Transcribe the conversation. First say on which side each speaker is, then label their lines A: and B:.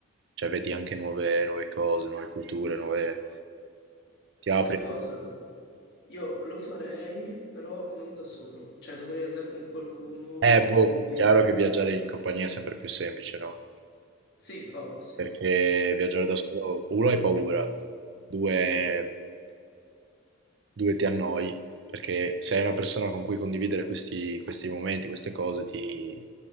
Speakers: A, on the right (about 55°); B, on the left (about 55°).
A: cioè vedi anche nuove, nuove cose, nuove culture, nuove... ti
B: Sai
A: apri.
B: cosa? Io lo farei, però non da solo. Cioè, dovrei andare con qualcuno
A: Eh,
B: con
A: boh,
B: cui...
A: chiaro che viaggiare in compagnia è sempre più semplice, no?
B: Sì, ovvio, sì.
A: Perché viaggiare da solo, uno hai paura, due due ti annoi, perché se hai una persona con cui condividere questi, questi momenti, queste cose, ti,